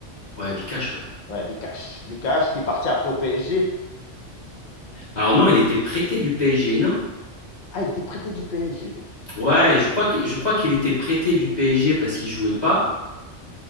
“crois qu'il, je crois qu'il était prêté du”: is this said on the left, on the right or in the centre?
Left